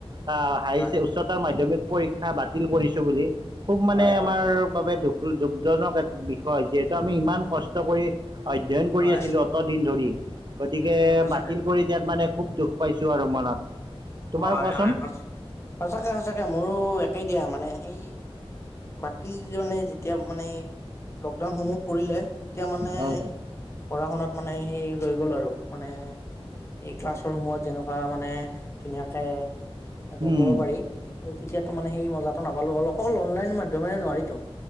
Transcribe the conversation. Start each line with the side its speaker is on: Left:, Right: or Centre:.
Right: আ, হাইছ
Left: হয়
Right: উচ্চতৰ মাধ্যমিক পৰীক্ষা বাতিল কৰিছে বুলি। খুব মানে
Left: হয় হয়
Right: আমাৰ
Left: হয়
Right: বাবে দুখ <unintelligible> এট বিষয় যিহেতু আমি ইমান কষ্ট কৰি। অধ্যয়ন কৰি
Left: হয়
Right: আছিলোঁ অত দিন ধৰি গতিকে
Left: উম সঁচাকে
Right: বাতিল কৰি দিয়াত মানে খুব দুস পাইছোঁ আৰু মনত। তোমাৰ
Left: হয়
Right: কোৱাচোন
Left: হয় সচ সঁচাকে সঁচাকে মোৰো একেই দিয়া মানে সেই বাতিল <unintelligible> যেতিয়া মানে লকডাউন সমূহ পৰিলে তেতিয়া মানে
Right: হয় হয়
Left: পঢ়া-শুনাত মানে সেই ৰৈ গ'ল আৰু মানে এই ক্লাছৰ ৰুমত যেনেকুৱা মানে ধুনীয়াকে অধ্যয়ন
Right: উম
Left: কৰব পাৰি <unintelligible> তেতিয়াতো মানে সেই মজাটো নাপালোঁ <unintelligible> অকল অনলাইন মাইত <unintelligible> নোৱাৰিটো